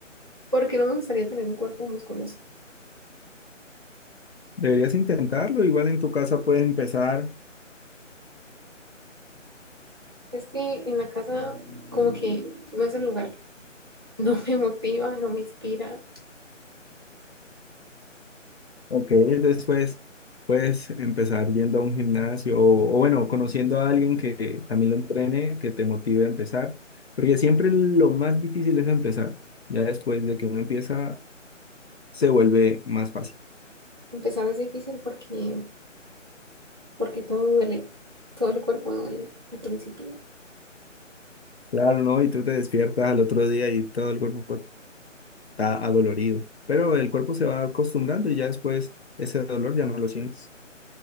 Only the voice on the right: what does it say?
porque no me gustaría tener un cuerpo musculoso.
Es que en la casa como que no es el lugar, <laughs> no me motiva, no me inspira.
Empezar es difícil porque porque todo duele, todo el cuerpo duele al principio.